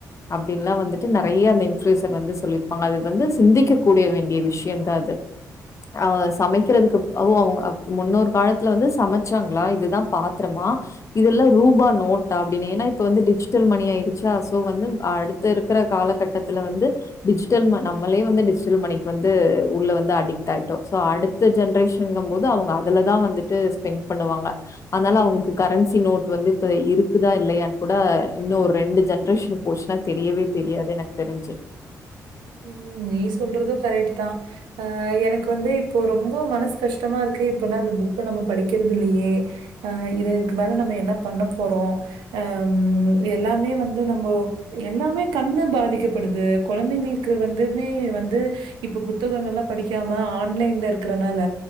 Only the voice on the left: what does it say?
அப்டின்ல்லா வந்துட்டு நறைய அந்த இன் ப்ரூயுஸர் வந்து சொல்லியிருப்பாங்க அது வந்து சிந்திக்கக்க கூடிய வேண்டிய விஷயம் தான் அது ஆ சமைக்குறதுக்கு <unintelligible> அவங்க முன்னொரு காலத்துல வந்து சமச்சாங்ளா இதுதா பாத்ரமா இதுல்லா ரூபா நோட்டா அப்டினு ஏனா இப்ப வந்து டிஜிட்டல் மணி ஆயி சா சோ வந்து அடுத்த இருக்ற காலகட்டத்துல வந்து டிஜிட்டல் ம நம்மளே வந்து டிஜிட்டல் மணிக்கு வந்து உள்ள வந்து அடிக்ட்டாயிட்டோ சோ அடுத்த ஜென்ரேஷங்கும்போது அவுங்க அதுலதா வந்துட்டு ஸ்பெண்ட் பண்ணுவாங்க அனால அவுங்ளுக்கு கரன்சி நோட் வந்து இப்ப இருக்குதா இல்லையான் குட இன்னு ஒரெண்டு ஜென்ரேஷன் போச்சுன்னா தெரியவே தெரியாது எனக்கு தெரிஞ்சு